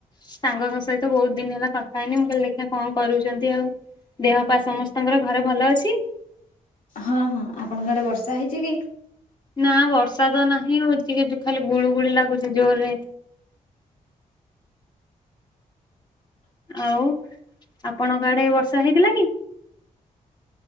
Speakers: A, on the left (about 30°); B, on the left (about 65°).
A: ସହଙ୍କ ସହି ସହିତ ବହୁତ ଦିନ ହେଲା କଥା ହେଇନି, ମୁଁ କହଲି ଲେଖ କଣ କରୁଛନ୍ତି, ଆଉ ଦେହ ପା ସମସ୍ତଙ୍କର ଘରେ ଭଲ ଅଛି?
B: ହଁ ହଁ ଆପଣଙ୍କ ଆଡେ ବର୍ଷା ହେଇଛି କି?
A: ନା ବର୍ଷା ତ ନାହିଁ ହଉଚି କି ଖାଲି ଗୁଳୁ ଗୁଳି ଲାଗୁଛି। ଜୋରେରେ। ଆଉ ଆପଣଙ୍କ ଆଡେ ବର୍ଷା ହେଇଥିଲା କି?